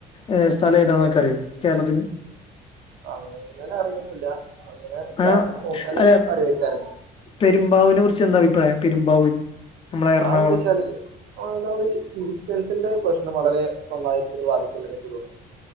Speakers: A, on the left (about 30°); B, on the right (about 80°).
A: ഏ സ്ഥലം ഏതാന്നൊക്കെ ക അറിയോ കേരളത്തില്?
B: അങ്ങനെ അറിയൊന്നുല്ല അങ്ങനെ സ്റ്റാറ്റസ്
A: ആ
B: നോക്കാനൊക്കെ
A: അല്ല
B: അറിയായിരിക്കാരല്ലോ
A: പെരുമ്പാവിനെ കുറിച്ച് എന്താ അഭി പ്രായം പെരുമ്പാവൂര് നമ്മളെ എറണാകുളം
B: അതെന്താച്ചാലേ ഓലെ ഈ സിവിക് സെൻസിന്റെ പ്രശ്നം വളരെ നന്നായി ഇതില് ബാധിക്ക്ണ്ട്ന്നാ ഇൻക്ക് തോന്നുന്നുണ്ട് ന്ന്.